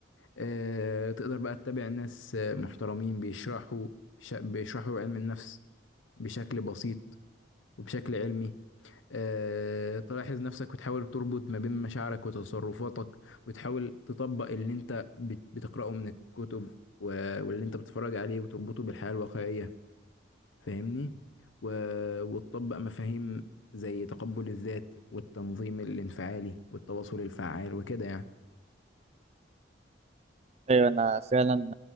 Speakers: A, on the left; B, on the right.
A: آه، تقدر بقى تتابع ناس محترمين بيشرحوا بيش- بيشرحوا علم النفس بشكل بسيط وبشكل علمي آه، تلاحظ نفسك وتحاول تربط ما بين مشاعرك وتصرفاتك وتحاول تطبق اللي انت بت- بتقرأه من الكتب و- واللي انت بتتفرج عليه وتربطه بالحياة الواقعية فاهمني و... وتطبق مفاهيم زي تقبل الذات والتنظيم الانفعالي والتواصل الفعال وكده يعني
B: ايوه انا فعلا